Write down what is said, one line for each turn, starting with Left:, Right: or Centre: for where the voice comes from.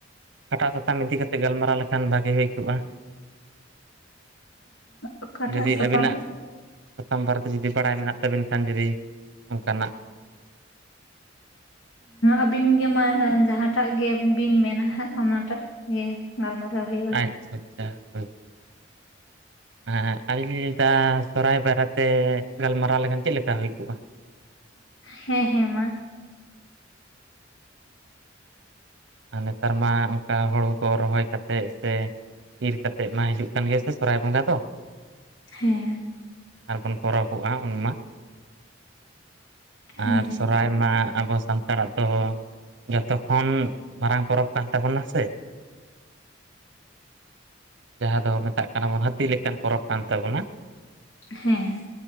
Right: ᱚᱠᱟᱴᱟᱜ ᱥᱟᱛᱟᱢ ᱤᱫᱤ ᱠᱟᱛᱮᱜ ᱜᱟᱞᱢᱟᱨᱟᱣ ᱞᱮᱠᱷᱟᱱ ᱵᱷᱟᱜᱤ ᱦᱩᱭ ᱠᱚᱜᱼᱟ᱾
Left: ᱚᱠᱟᱴᱟᱜ
Right: ᱡᱩᱫᱤ
Left: ᱥᱟᱛᱟᱢ
Right: ᱟᱹᱵᱤᱱᱟᱜ ᱥᱟᱛᱟᱢ ᱵᱟᱨᱮᱛᱮ ᱡᱩᱫᱤ ᱵᱟᱲᱟᱭ ᱢᱮᱱᱟᱜ ᱛᱟᱵᱮᱱ ᱠᱷᱟᱱ ᱡᱩᱫᱤ ᱚᱱᱠᱟᱱᱟᱜ
Left: ᱟᱹᱵᱤᱱ ᱜᱮᱢᱟ ᱡᱟᱦᱟᱸᱴᱟᱜ ᱜᱮᱵᱤᱱ ᱢᱮᱱᱟ ᱦᱟᱸᱜ ᱚᱱᱟᱴᱟᱜ ᱜᱮ ᱜᱟᱞᱢᱟᱨᱟᱣ ᱦᱩᱭᱩᱜᱼᱟ᱾
Right: ᱟᱪᱪᱷᱟ ᱟᱪᱪᱷᱟ ᱦᱳᱭ ᱦᱮᱸ ᱟᱹᱞᱤᱧ ᱞᱤᱧ ᱞᱟᱹᱭᱫᱟ ᱥᱚᱦᱚᱨᱟᱭ ᱵᱟᱨᱮᱛᱮ ᱜᱟᱞᱢᱟᱨᱟᱣ ᱞᱮᱠᱷᱟᱱ ᱪᱮᱫ ᱞᱮᱠᱟ ᱦᱩᱭ ᱠᱚᱜᱼᱟ᱾
Left: ᱦᱮᱸ ᱦᱮᱸ ᱢᱟ
Right: ᱟᱨ ᱱᱮᱛᱟᱨ ᱢᱟ ᱚᱱᱠᱟ ᱦᱩᱲᱩ ᱠᱚ ᱨᱚᱦᱚᱭ ᱠᱟᱛᱮᱫ ᱥᱮ ᱤᱨ ᱠᱟᱛᱮᱜ ᱢᱟ ᱦᱤᱡᱩᱜ ᱠᱟᱱ ᱜᱮᱭᱟ ᱥᱮ ᱥᱚᱦᱚᱨᱟᱭ ᱵᱚᱸᱜᱟ ᱫᱚ
Left: ᱦᱮᱸ
Right: ᱟᱨᱵᱚᱱ ᱯᱚᱨᱚᱵᱚᱜᱼᱟ ᱩᱱᱢᱟ
Left: ᱦᱮᱸ
Right: ᱟᱨ ᱥᱚᱦᱚᱨᱟᱭ ᱢᱟ ᱟᱵᱚ ᱥᱟᱱᱛᱟᱲᱟᱜ ᱫᱚ ᱡᱚᱛᱚ ᱠᱷᱚᱱ ᱢᱟᱨᱟᱝ ᱯᱚᱨᱚᱵᱽ ᱠᱟᱱ ᱛᱟᱵᱚᱱᱟ ᱥᱮ ᱡᱟᱦᱟᱸ ᱫᱚ ᱢᱮᱛᱟᱜ ᱠᱟᱱᱟ ᱵᱚᱱ ᱦᱟᱹᱛᱤ ᱞᱮᱠᱟᱱ ᱯᱚᱨᱚᱵᱽ ᱠᱟᱱ ᱛᱟᱵᱚᱱᱟ᱾
Left: ᱦᱮᱸ